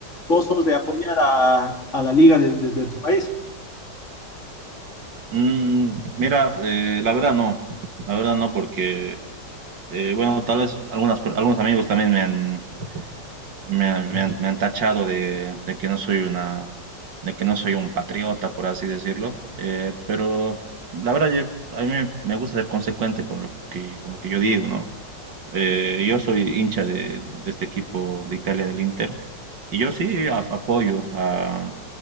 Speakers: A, on the left (about 40°); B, on the right (about 80°).
A: vos sos de apoyar a, a la liga de de- de tu país.
B: Mm, mira, eh, la verdad no, la verdad no, porque, eh, bueno, tal vez algunas, per- algunos amigos también me han, me han, me han- me han tachado de, de que no soy una, de que no soy un patriota, por así decirlo, Eh, pero la verdad yo- a mí me, me gusta ser consecuente con lo que, con lo que yo digo, ¿no? Eh, yo soy hincha de, de este equipo de Italia, del Inter, y yo sí a- apoyo a,